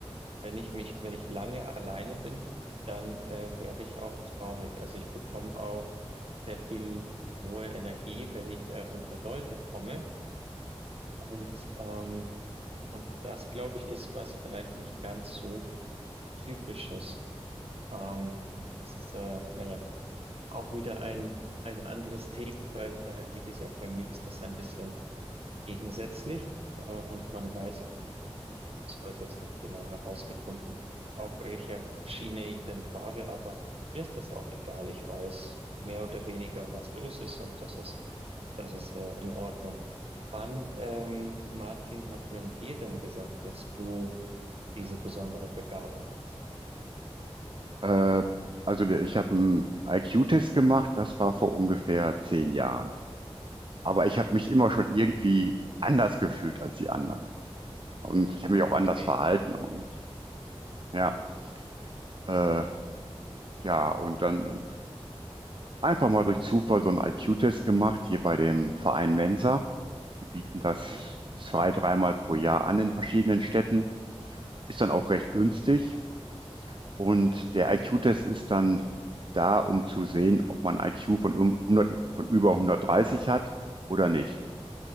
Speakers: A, on the right; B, on the right.
A: wenn ich mich, wenn ich lange alleine bin, dann äh, werde ich auch traurig. Also ich bekomme auch sehr viel hohe Energie, wenn ich äh, unter Leute komme. Und ähm, und das, glaube ich, ist was vielleicht nicht ganz so typisches. Ähm, das ist äh, naja auch wieder ein, ein anderes Thema, weil, äh, wie gesagt, bei mir ist das ein bisschen gegensätzlich, äh, und man weiß, man hat bis heute jetzt nicht genau herausgefunden, auf welcher Schiene ich denn fahre, aber mir ist das auch egal. Ich weiß mehr oder weniger, was los ist und das ist, das ist, äh, in Ordnung. Wann, ähm, Martin, hat man dir denn gesagt, dass du diese besondere Begabung hast?
B: Äh, also ich habe einen IQ-Test gemacht, das war vor ungefähr zehn Jahren. Aber ich habe
A: Mhm.
B: mich immer schon irgendwie anders gefühlt als die anderen. Und ich habe mich auch
A: Okay.
B: anders verhalten. Und ja.
A: Ja.
B: Äh, ja, und dann ähm, einfach mal durch Zufall so einen IQ-Test gemacht, hier bei dem Verein Mensa. Die bieten das
A: Mhm.
B: zwei, dreimal pro Jahr an in verschiedenen Städten. Ist dann auch recht günstig. Und der
A: Mhm.
B: IQ-Test ist dann da, um zu sehen, ob man IQ von, um- 100, von über 130 hat oder nicht.